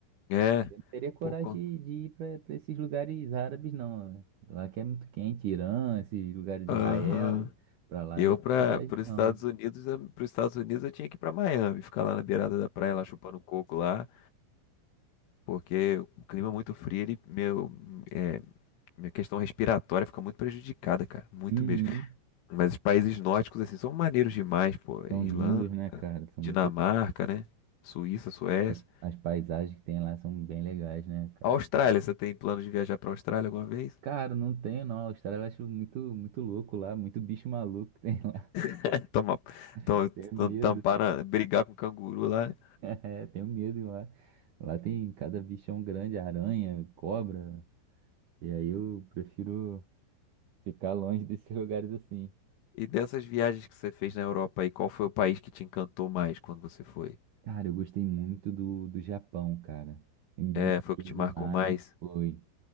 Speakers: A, on the left (about 70°); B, on the right (about 80°).
A: É,
B: Eu não teria coragem
A: pô. con-
B: de, de ir pra pra esses lugares árabes, não. né? Lá que é muito quente, Irã, esses lugares de
A: Aham.
B: Israel. Pra lá
A: Eu
B: eu não tenho
A: para
B: coragem,
A: os
B: não.
A: Estados Unidos, para os Estados Unidos eu tinha que ir para Miami, ficar lá na beirada da praia, lá chupando coco lá, porque o clima é muito frio, ele meu é, minha questão respiratória fica muito prejudicada, cara, muito
B: Uhum.
A: mesmo. Mas os países nórdicos assim são maneiros demais, pô,
B: São
A: Irlanda,
B: lindos, né, cara? São
A: Dinamarca,
B: muito.
A: né? Suíça, Suécia.
B: As, as paisagens que tem lá são bem legais, né, cara?
A: Austrália,
B: Acho-
A: você tem plano de viajar para Austrália alguma vez?
B: Cara, não tenho, não. A Austrália eu acho muito, muito louco lá, muito bicho maluco que tem lá.
A: <laughs> Tomar,
B: <laughs>
A: tom-
B: Tenho medo.
A: tom- tampar na- brigar com canguru lá. né?
B: É, tenho medo lá. Lá tem cada bichão grande, aranha, cobra. E aí eu prefiro ficar longe <laughs> desses lugares assim.
A: E dessas viagens que você fez na Europa aí, qual foi o país que te encantou mais quando você foi?
B: Cara, eu gostei muito do, do Japão, cara. Eu me identifiquei
A: É, foi o que te
B: demais.
A: marcou mais?
B: Foi,